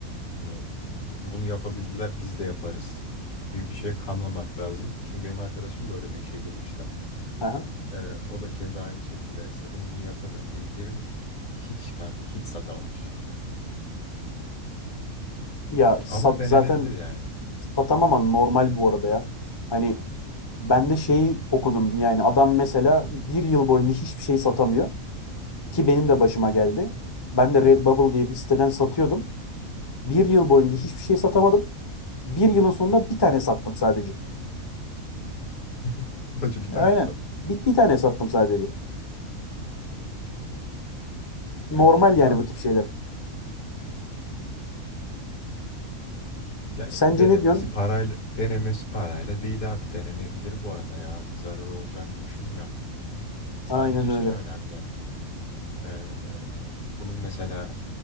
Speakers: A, on the left; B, on the left.
A: Hani bunu yapabildiler biz de yaparız gibi bir şeye kanmamak lazım. Çünkü benim arkadaşım böyle bir işe girmişti.
B: Aha.
A: Ee, o da keza aynı şekilde işte bunu bunu yaparım diye girmiş. Hiç kanka hiç satamamış.
B: Ya sat-
A: Ama denenebilir
B: zaten
A: yani.
B: satamam ama normal bu arada ya. Hani ben de şeyi okudum yani adam mesela bir yıl boyunca hiçbir şey satamıyor. Ki benim de başıma geldi. Ben de Redbubble diye bir siteden satıyordum. Bir yıl boyunca hiçbir şey satamadım. Bir yılın sonunda bir tane sattım sadece.
A: <laughs> Sadece bir tane
B: Aynen.
A: mi sattı?
B: Bir, bir tane sattım sadece.
A: Yani
B: Normal
A: bilmiyorum.
B: yani bu tip şeyler.
A: Ya e,
B: Sence
A: denemesi
B: ne diyorsun?
A: parayla denemesi parayla değil abi denenebilir bu arada ya. Bir zarar olacağını düşünmüyorum. Sadece
B: Aynen öyle.
A: şey önemli. Ee, bunun mesela